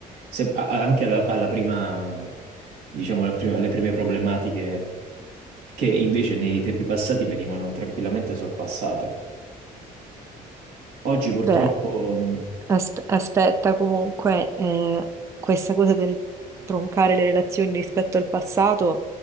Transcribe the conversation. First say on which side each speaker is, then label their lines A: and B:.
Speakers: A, on the right; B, on the right.
A: se- a- a- anche alla, alla prima, diciamo, alla prima- alle prime problematiche che invece nei tempi passati venivano tranquillamente sorpassate. Oggi purtroppo.
B: Beh, asp- aspetta comunque, eh, questa cosa del troncare le relazioni rispetto al passato,